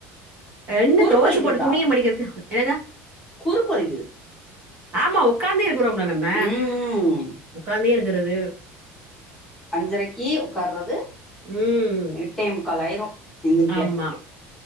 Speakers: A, on the right (about 25°); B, in the centre.
A: என்ன
B: குறுக்கு
A: தொவச்சு
B: வலிக்குதுக்கா
A: போட்டு துணிய மடிக்கிறக்கு என்னங்க
B: குறுக்கு வலிக்குது
A: ஆமா ஒக்காந்தே இருக்குறோம்ல நம்ம
B: ம்
A: உக்காந்தே இருக்குறது
B: அஞ்சரக்கி உக்கார்றது
A: ம்
B: எட்டே முக்கால் ஆயிரு எந்திரிக்க
A: ஆமா